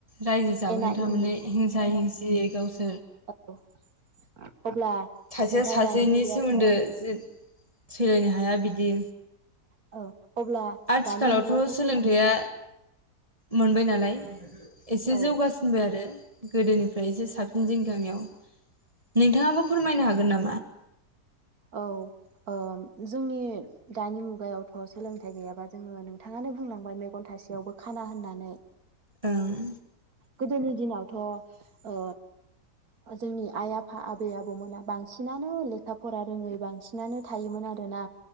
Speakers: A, on the right; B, on the right.
A: राज्यो जाबोदों
B: एना
A: थारमाने
B: एनि
A: हिंसा हिंसि <unintelligible>
B: <unintelligible> अब्ला
A: सासेया
B: नोंथां
A: सासेनि
B: दानि मुगायावथ'
A: सोमोन्दो जे सैलायनो हाया बिदि।
B: औ अब्ला
A: आथिखालआवथ'
B: दानि मुगायावथ'
A: सोलोंथाया
B: सोल
A: मोनबाय नालाय एसे
B: औ
A: जौगासिनबाय आरो गोदोनिफ्राय एसे साबसिन जों गामियाव। नोंथाङाबो फोरमायनो हागोन ना?
B: औ ओम। जोंनि दानि मुगायावथ' सोलोंथाइ गैयाबा जोङो नोंथाङानो बुंलांबाय मेगन थासेयावबो खाना होननानै
A: ओं
B: गोदोनि दिनावथ' ओ जोंनि आइ आफा आबै आबौमोना बां सिनानो लेखा फरा रोङै बांसिनानो थायोमोन आरोना।